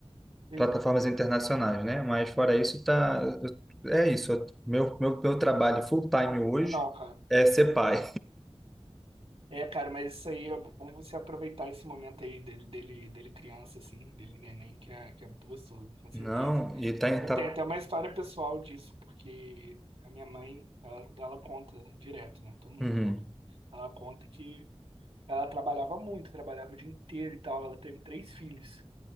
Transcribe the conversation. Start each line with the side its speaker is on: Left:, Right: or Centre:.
Right: Entendi.
Centre: plataformas internacionais, né? Mas fora isso, tá, eu- é isso. Eu- Meu, meu, meu trabalho full time
Right: Pô, muito
Centre: hoje
Right: legal, cara.
Centre: é ser pai.
Right: É, cara, mas isso aí é bom você aproveitar esse momento aí dele, dele, dele criança, assim, dele neném, que é, que é muito gostoso, com certeza.
Centre: Não, e tá, em-
Right: Eu
Centre: tá,
Right: tenho até uma história pessoal disso, porque a minha mãe, ela, ela conta direto, né? Todo mundo
Centre: uhum.
Right: que ela, ela conta que Ela trabalhava muito, trabalhava o dia inteiro e tal. Ela teve três filhos.